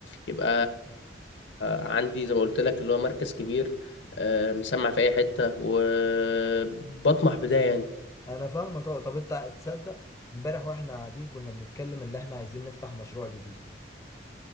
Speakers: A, on the left (about 75°); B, on the left (about 20°).
A: يبقى عندي زي ما قلت لك اللي هو مركز كبير آه، مسمع في اي حتة وبطمح بده يعني
B: انا فاهمك اه طب انت تصدق امبارح واحنا قاعدين كنا بنتكلم اللي احنا عايزين نفتح مشروع جديد